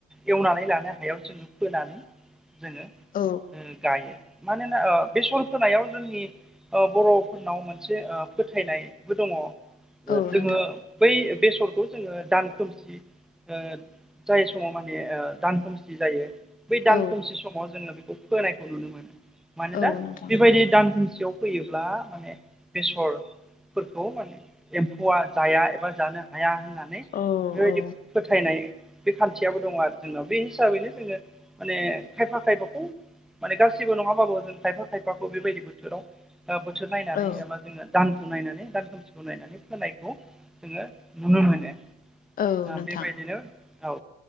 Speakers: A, in the centre; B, on the left.
A: एवनानै लानो हायाव जोङो फोनानै जोङो
B: औ
A: गायो। मानोना ओ बेसन होनोनायाव जोंनि ओ बर'फोरनाव मोनसे ओ फोथायनायबो दङ।
B: औ
A: जोङो
B: नोंथां
A: बै बेसरखौ जोङो दान खोमसि ओ जाय समाव माने ओ दानखोमसि जायो बै
B: औ
A: दानखोमसि समाव जोङो बेखौ फोनायखौ नुनो मोनो। मानोना
B: औ नोंथां
A: बेबायदि दानखोमसेयाव फैयोब्ला माने बेसर फोरखौ माने एम्फौआ जाया एबा जानो हाया होननानै
B: औ
A: बेबायदि
B: औ
A: फोथायनाय बे खान्थियाबो दङ आरो जोंनाव बे हिसाबैनो जोङो माने खायफा खायफाखौ माने गासिबो नङाबाबो जों खायफा खायफाखौ बेबायदि बोथोराव बोथोर नायनानै
B: औ
A: एबा जोङो दानखौ नायनानै दान खोमसिखौ नायनानै फोनायखौ जोङो नुनो मोनो।
B: औ
A: आ
B: नोंथां
A: बेबायदिनो औ